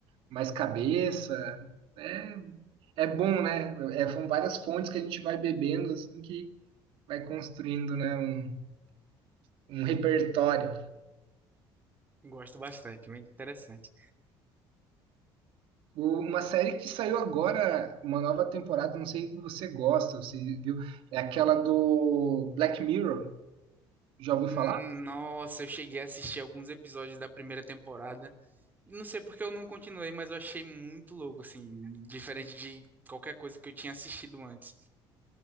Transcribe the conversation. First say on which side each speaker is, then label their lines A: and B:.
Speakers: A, on the right (about 70°); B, on the right (about 20°).
A: mais cabeça, é, é bom, né? É, são várias fontes que a gente vai bebendo, assim, que vai construindo, né, um um repertório.
B: Gosto bastante, muito interessante.
A: O- Uma série que saiu agora, uma nova temporada, não sei se você gosta, você viu? É aquela do Black Mirror. Já ouviu falar?
B: Hum, Nossa, eu cheguei a assistir alguns episódios da primeira temporada. E Não sei porque eu não continuei, mas eu achei muito louco, assim, diferente de qualquer coisa que eu tinha assistido antes.